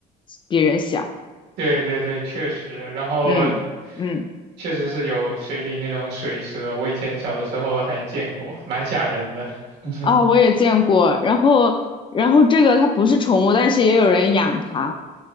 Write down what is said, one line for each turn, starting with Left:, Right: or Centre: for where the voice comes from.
Left: 比人小。
Right: 对对对，确实，然后
Left: 嗯嗯，
Right: 确实是有水里那种水蛇，我以前小的时候还见过，蛮吓人的。<laughs>
Left: 啊、我也见过。然后然后这个它不是宠物，但是也有人养它。